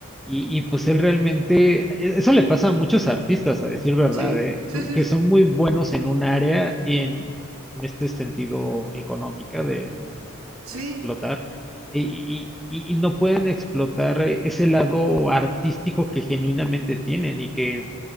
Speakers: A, in the centre; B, on the right (about 80°).
A: Y, y, pues él realmente, e- eso le pasa a muchos artistas, a decir verdad,
B: sí,
A: ¿eh?
B: sí,
A: cu-
B: sí,
A: que
B: sí.
A: son muy buenos en un área y en, en este sentido económica de, de- de-
B: Sí,
A: de explotar, y, y- y- y no pueden explotar eh, ese lado artístico que genuinamente tienen y que